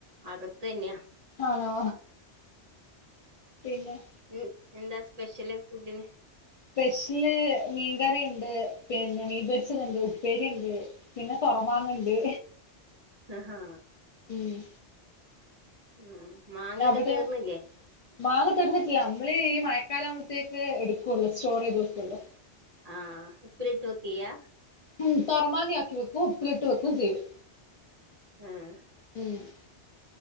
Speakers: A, on the right; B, on the left.
A: അകത്തെന്നെയാ
B: ആണോ പിന്നെ
A: <unintelligible> എന്താ സ്പെഷ്യല് ഫുഡിന്
B: സ്പെഷ്യല് മീൻകറിയുണ്ട് പിന്നെ മീൻപെടിച്ചത്ണ്ട് ഇപ്പേരിയ ണ്ട് പിന്നെ പോറമാങ്ങണ്ട്
A: അഹാ
B: ഉംമ്
A: ഉമ് മാങ്ങയൊക്കെ
B: അവിടെയോ
A: തീർന്നില്ലേ
B: മാങ്ങ തീർന്നിട്ടില്ല മ്മള് ഈ മഴക്കാലാവുംമ്പഴ്ത്തേക്ക് എടുക്കോള്ളു സ്റ്റോർ ചെയ്ത് വെക്കുളു
A: ആഹ് ഉപ്പിലിട്ട് വെക്കയ്യ
B: ഉമ് തൊരമാങ്ങ ആക്കി വക്കും ഉപ്പിലിട്ട് വെയ്ക്കും ചെയ്യും
A: ആഹ്
B: ഉംമ്